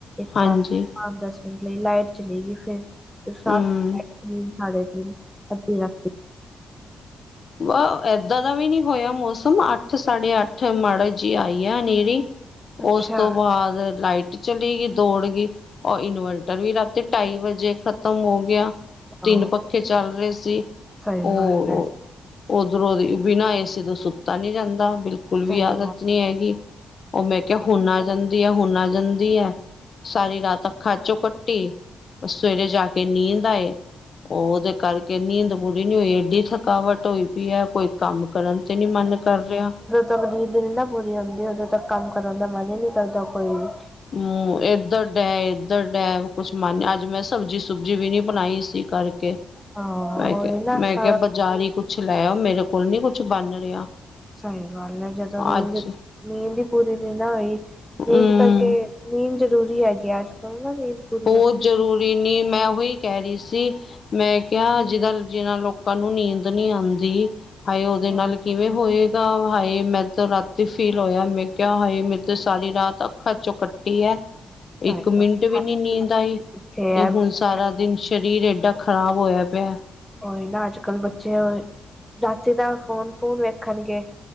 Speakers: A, in the centre; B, on the left.
A: ਇੱਕ
B: ਹਾਂਜੀ
A: ਵਾਰ। ਪੰਜ-ਦਸ ਮਿੰੰਟ ਲਈ ਲਾਈਟ ਚਲੇ ਗੀ ਫੇਰ, ਉਸ ਰਾਤ
B: ਹਮ
A: ਤਿੰਨ-ਸਾਢੇ ਤਿੰਨ ਅੱਧੀ ਰਾਤੀ।
B: ਵ ਏਦਾਂ ਦਾ ਵੀ ਨੀ ਹੋਇਆ ਮੌਸਮ, ਅੱਠ-ਸਾਢੇ ਅੱਠ ਮਾੜਾ ਜੀ ਆਈ ਐ ਹਨੇਰੀ।
A: ਅੱਛਾ
B: ਓਸ ਤੋਂ ਬਾਦ ਲਾਈਟ ਚਲੀ ਗੀ ਦੌੜ ਗੀ, ਔਰ ਇਨਵਰਟਰ ਵੀ ਰਾਤੀ ਢਾਈ ਵਜੇ ਖਤਮ ਹੋ ਗਿਆ। ਤਿੰਨ
A: ਆਹੋ
B: ਪੱਖੇ ਚੱਲ ਰੇ ਸੀ,
A: ਸਹੀ
B: ਓ
A: ਗੱਲ ਹੈ
B: ਓਧਰੋਂ ਦੀ ਬਿਨਾਂ ਏ ਸੀ ਤੋਂ ਸੁੱਤਾ ਨੀ ਜਾਂਦਾ ਬਿਲ ਬਿਲਕੁਲ ਵੀ
A: ਸਹੀ
B: ਆਦਤ
A: ਗੱਲ
B: ਨੀ ਹੈਗੀ, ਓ ਮੈਂ ਕਿਆ ਹੁਨ ਆ ਜਾਂਦੀ ਐ, ਹੁਨ ਆ ਜਾਂਦੀ ਐ। ਸਾਰੀ ਰਾਤ ਅੱਖਾਂ ਚੋ ਕੱਟੀ, ਓ ਸਵੇਰੇ ਜਾ ਕੇ ਨੀਂਦ ਆਏ। ਓਦੇ ਕਰਕੇ ਨੀਂਦ ਪੂਰੀ ਨੀ ਹੋਈ, ਏਡੀ ਥਕਾਵਟ ਹੋਈ ਪੀ ਐ, ਕੋਈ ਕੰਮ ਕਰਨ ਤੇ ਨੀ ਮਨ ਕਰ ਰਿਆ।
A: ਤਬ ਨੀਦ ਨੀ ਨਾ ਪੂਰੀ ਹੁੰਦੀ, ਉਦੋਂ ਤੱਕ ਕੰਮ ਕਰਨ ਦਾ ਮਨ ਈ ਨੀ ਕਰਦਾ ਕੋਈ ਵੀਵ
B: ਹੂੰ ਏਧਰ ਡੈ ਏ ਧਰ ਡੈ ਕੁਛ ਮੰਨ ਅੱਜ ਮੈਂ ਸਬਜ਼ੀ ਸੁਬਜੀ ਵੀ ਨੀ ਬਣਾਈ ਇਸੀ ਕਰਕੇ।
A: ਹਾਂ
B: ਮੈਂ
A: ਉਹੀ
B: ਕਿਆ
A: ਨਾ
B: ਮੈਂ
A: ਸਾਰਾ
B: ਕਿਆ ਬਾਜ਼ਾਰੀ ਕੁੱਛ ਲੈ ਆਓ, ਮੇਰੇ ਕੋ ਕੋਲ ਨੀ ਕੁਛ ਬਣ ਰਿਆ,
A: ਸਹੀ ਗੱਲ ਹੈ ਜਦੋਂ ਨੀਂਦ
B: ਅੱਜ।
A: ਨੀਂਦ ਈ ਪੂਰੀ ਨੀ ਨਾ ਹੋਈ, ਨੀਂਦ
B: ਹਮ
A: ਕਰਕੇ, ਨੀਂਦ ਜ਼ਰੂਰੀ ਹੈਗੀ ਅਜ ਕਰੋ ਨਾ ਨੀਂਦ ਪੂਰੀ
B: ਬਹੁਤ
A: ਹੁਣ।
B: ਜ਼ਰੂਰੀ ਨੀ ਮੈਂ ਓਹੀ ਕੈ ਰੀ ਸੀ। ਮੈਂ ਕਿਆ ਅੱਜਕਲ੍ਹ ਜਿਨਾਂ ਲੋਕਾਂ ਨੂੰ ਨੀਂਦ ਨੀ ਆਂਦੀ। ਹਾਏ ਓਦੇ
A: ਸਹੀ
B: ਨਾਲ
A: ਗੱਲ
B: ਕਿਵੇਂ ਹੋਏਗਾ,
A: ਹੈ,
B: ਹਾਏ ਮੈਂ ਤੇ ਰਾਤੀ ਫੀਲ ਹੋਇਆ। ਮੈਂ ਕਿਆ ਹਾਏ ਮੇਰੇ ਤੇ ਸਾਰੀ ਰਾਤ ਅੱਖਾਂ ਚੋਂ ਕੱਟੀ ਹੈ
A: ਸਹੀ
B: ਇੱਕ ਮਿੰਟ
A: ਗੱਲ
B: ਵੀ
A: ਹੈ।
B: ਨੀ ਨੀਂਦ ਆਈ
A: ਕਿੱਥੇ
B: ਤੇ
A: ਹੈ
B: ਹੁਣ
A: ਬੱਚੇ,
B: ਸਾਰਾ ਦਿਨ ਸਰੀਰ ਏਡਾ ਖ਼ਰਾਬ ਹੋਇਆ ਪਿਆ।
A: ਉਹੀ ਨਾ ਅੱਜ ਕੱਲ੍ਹ ਬੱਚੇ, ਰਾਤੀ ਤਾਂ ਫੋਨ -ਫੂਨ ਵੇਖਣਗੇ